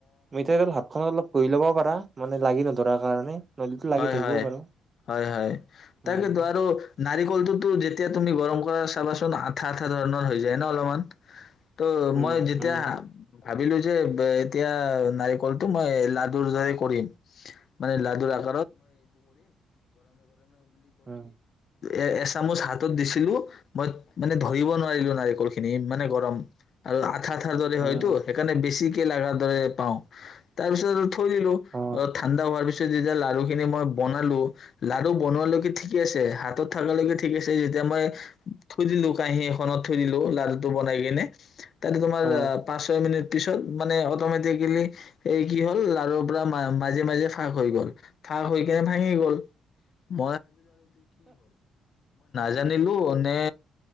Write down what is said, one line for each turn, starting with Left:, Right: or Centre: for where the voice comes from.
Right: <unintelligible> ঘহি লবও পাৰা মানে লাগি নধৰাৰ কাৰণে নহলেতো লাগি
Left: হয়-
Right: ধৰিবও
Left: হয়-
Right: পাৰো
Left: হয়- হয়
Right: উম
Left: তাকেতো আৰু নাৰিকলটোতো যেতিয়া তুমি গৰম চাবাচোন আঠা আঠা ধৰণৰ হৈ যায় ন অলপমান ত‌',
Right: উম
Left: মই যেতিয়া
Right: উম
Left: ভাবিলো যে, বে, এতিয়া নাৰিকলটো মই লাডুৰ দৰে কৰিম। মানে লাডু <unintelligible> <unintelligible> <unintelligible>
Right: উম
Left: এ এচামুচ হাতত দিছিলো মই মানে ধৰিব নোৱাৰিলো নাৰিকল খিনি ইমানে গৰম আৰু ঠাৰ ঠাৰ দৰে
Right: উম
Left: হয়তটো সেইকাৰণে বেছি <unintelligible> লাগাৰ দৰে পাওঁ। তাৰ পিছত আৰু থৈ দিলোঁ।
Right: অ
Left: অলপ ঠাণ্ডা হোৱাৰ পিছত যে যেতিয়া লাড়ু খিনি মই বনালো লাড়ু বনোৱালৈকে ঠিকে আছে হাতত থাকালৈকে ঠিক আছে যেতিয়া মই থৈ দিলো কাহী এখনত থৈ দিলো লাড়ুটো বনাই কিনে তাতে তোমাৰ
Right: অ
Left: পাঁচ ছয় মিনিট পিছত মানে অটমেটিকেলি এই কি হল লাৰুৰ পৰা মাজে মাজে ফাঁক হৈ গল থাক হৈ কেনে ভাঙি গল <unintelligible> জানিলো নে এ